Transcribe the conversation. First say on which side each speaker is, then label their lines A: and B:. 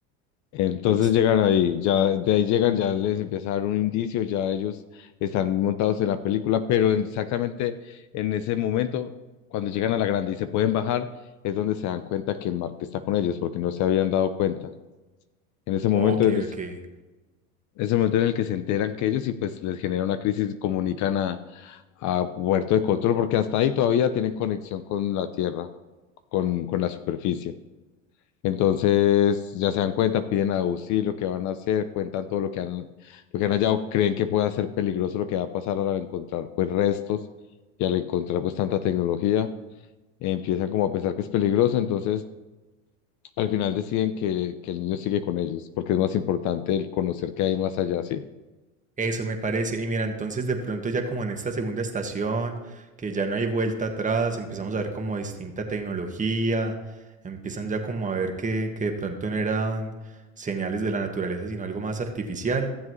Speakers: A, on the left (about 45°); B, on the right (about 20°).
A: Entonces
B: Ah, listo.
A: llegan ahí, ya de ahí llegan, ya les empieza a dar un indicio, ya ellos están montados en la película, pero en- exactamente en ese momento, cuando llegan a la grande y se pueden bajar, es donde se dan cuenta que Mark está con ellos, porque no se habían dado cuenta. En ese momento,
B: Ok,
A: en ese,
B: ok.
A: ese momento en el que se enteran que ellos y pues les genera una crisis, comunican a, a Puerto de Control, porque hasta ahí todavía tienen conexión con la Tierra, con, con la superficie. Entonces ya se dan cuenta, piden auxilio, qué van a hacer, cuentan todo lo que han, lo que han hallado, creen que puede ser peligroso lo que va a pasar al encontrar pues restos y al encontrar pues tanta tecnología, empiezan como a pensar que es peligroso, entonces al final deciden que, que el niño sigue con ellos, porque es más importante el conocer qué hay más allá, ¿sí?
B: Eso me parece. Y mira, entonces de pronto ya como en esta segunda estación, que ya no hay vuelta atrás, empezamos a ver como distinta tecnología, empiezan ya como a ver que, que de pronto no eran señales de la naturaleza, sino algo más artificial,